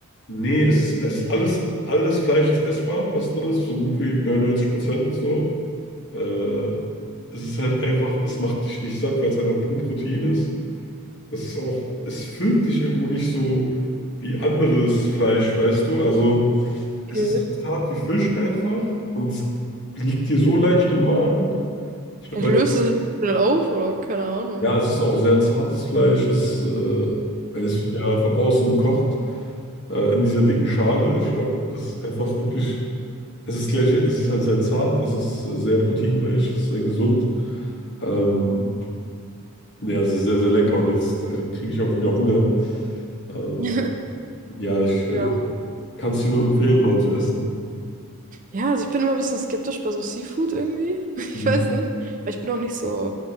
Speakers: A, on the left (about 50°); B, on the right (about 35°).
A: Nee, es ist, es ist alles, alles Fleisch ist essbar, was drin ist, so gut wie 99 Prozent so. Äh, es ist halt einfach, es macht dich nicht satt, weil es einfach pur Protein ist. Das ist auch, es füllt dich irgendwie nicht so wie anderes Fleisch, weißt du? Also es
B: Okay.
A: ist so zart wie Fisch einfach und es liegt dir so leicht im Magen. Ich glaube,
B: Vielleicht
A: weil
B: löst es sich schnell auf oder keine Ahnung.
A: Ja, es ist auch sehr zartes Fleisch. Es, äh, es wird ja von außen gekocht, äh, in dieser dicken Schale. Ich glaube, das ist einfach wirklich. Es ist gleich, es ist halt sehr zart, es ist äh, sehr proteinreich, es ist sehr gesund. Ähm, ja, es ist sehr, sehr lecker und jetzt äh, kriege ich auch wieder Hunger. Ähm,
B: <laughs>
A: ja, ich
B: Ja.
A: äh, kann es dir nur empfehlen, mal zu essen.
B: Ja, also ich bin immer ein bisschen skeptisch bei so Seafood irgendwie. <laughs>
A: Mhm.
B: Ich weiß nicht. Weil ich bin auch nicht so.